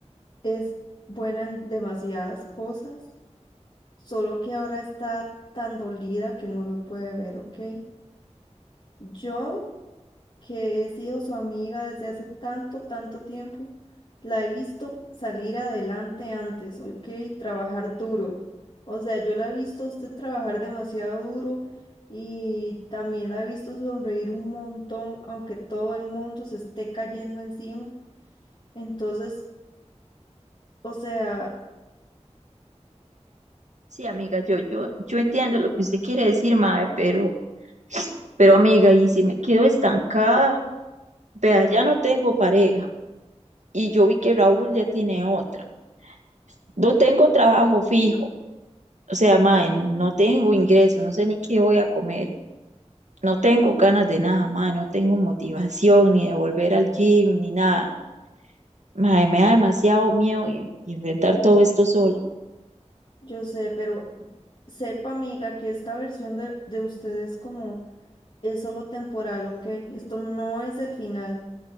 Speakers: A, on the left; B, on the right.
A: Es buena en demasiadas cosas, solo que ahora está tan dolida que no lo puede ver, ¿ok? Yo, que he sido su amiga desde hace tanto, tanto tiempo, la he visto salir adelante antes, ¿ok? Trabajar duro. O sea, yo la he visto a usted trabajar demasiado duro y también la he visto sonreír un montón, aunque todo el mundo se esté cayendo encima. Entonces, o sea...
B: Sí, amiga, yo, yo, yo entiendo lo que usted quiere decir, mae, pero, pero amiga, y si me quedo estancada, vea, ya no tengo pareja y yo vi que Raúl ya tiene otra. No tengo trabajo fijo, o sea, mae, no tengo ingreso, no sé ni qué voy a comer, no tengo ganas de nada, mae, no tengo motivación ni de volver al gym ni nada. Mae, me da demasiado miedo y, y enfrentar todo esto sola.
A: Yo sé, pero sepa, amiga, que esta versión de, de ustedes como es solo temporal, ¿ok? Esto no es el final.